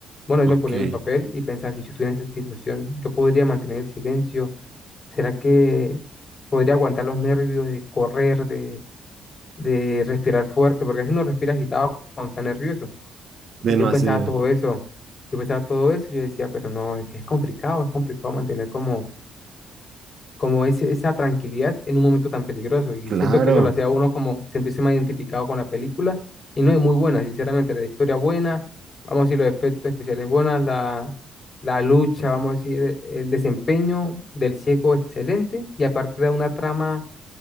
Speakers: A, on the left; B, on the right.
A: Bueno,
B: Ok.
A: yo me ponía en el papel y pensaba, si yo estuviera en esa situación, yo podría mantener el silencio. ¿Será que podría aguantar los nervios de correr, de, de respirar fuerte? Porque así uno respira agitado cuando está nervioso.
B: De
A: Y yo
B: no hacer.
A: pensaba todo eso. Yo pensaba todo eso y yo decía, pero no, es que es complicado, es complicado mantener como como ese- esa tranquilidad en un momento tan peligroso. Y
B: Claro.
A: siento que eso lo hacía a uno como sentirse más identificado con la película. Y no es muy buena, sinceramente, la historia buena, vamos a decir los efectos especiales buenos, la, la lucha, vamos a decir el desempeño del ciego excelente. Y aparte da una trama,